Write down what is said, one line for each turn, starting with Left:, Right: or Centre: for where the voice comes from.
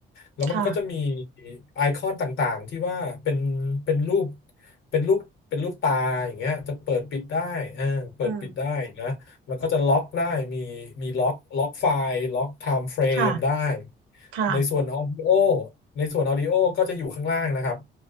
Left: แล้วมันก็จะมี
Right: ค่ะ
Left: ไอคอนต่างๆที่ว่าเป็นเป็นรูปเป็นรูปเป็นรูปตาอย่างเงี้ยจะเปิดปิดได้เออเปิดปิดได้นะแล้วก็จะล็อกได้มีมีล็อกล็อกไฟล์ล็อกไทม์เฟรมได้
Right: อืมค่ะค่ะ
Left: ในส่วนออดิโอในส่วนออดิโอก็จะอยู่ข้างล่างนะครับ